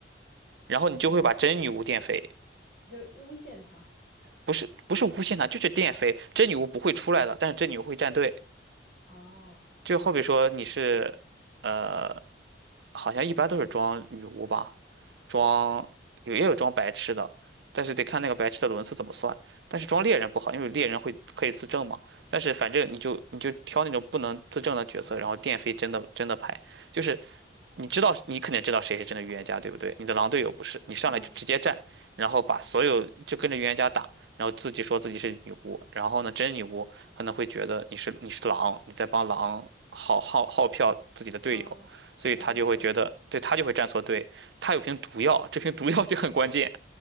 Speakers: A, on the right; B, on the left.
A: 然后你就会把真女巫电飞，
B: 哦，就诬陷他，
A: 不是不是无限塔，就是电飞，真女巫不会出来的，但是真女巫会站队，
B: 哦，
A: 就好比说你是，呃，好像一般都是装女巫吧。装有也有装白痴的，但是得看那个白痴的轮次怎么算。但是装猎人不好，因为猎人会可以自证嘛。但是反正你就你就挑那种不能自证的角色，然后电飞真的真的牌，就是你知道，你肯定知道谁是真的预言家，对不对？你的狼队友不是，你上来就直接站，
B: 嗯
A: 然后把所有就跟着预言家打，然后自己说自己是女巫，然后呢，真女巫可能会觉得你是你是狼，你在帮狼耗耗耗票自己的队友，
B: 嗯，
A: 所以他就会觉得，
B: 然后就
A: 对他就会站错队，他有瓶毒药，这瓶毒药就很关键，